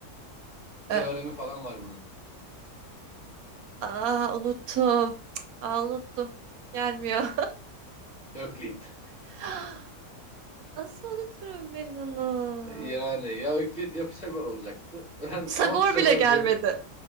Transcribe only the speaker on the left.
Teoremi
falan var bunun.
Öklit.
Yani ya Öklit ya Pisagor olacaktı. Ben
ama Pisagor
diye